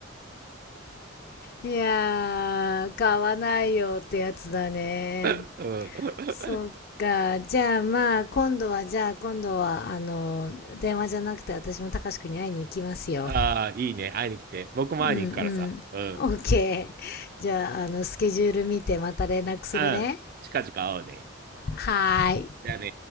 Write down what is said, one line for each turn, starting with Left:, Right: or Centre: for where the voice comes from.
Left: いやー、買わないよってやつだね。
Right: うん。
Left: そっか、じゃあまあ、今度は、じゃあ今度は、あの、電話じゃなくて私も高志くんに会いに行きますよ。
Right: ああ、いいね。会いに来て。僕も会いに行くからさ。
Left: うんうん。
Right: うん。
Left: オッケー。じゃあ、あの、スケジュール見てまた連絡するね。
Right: うん。近々会おうね。
Left: はーい。
Right: じゃあね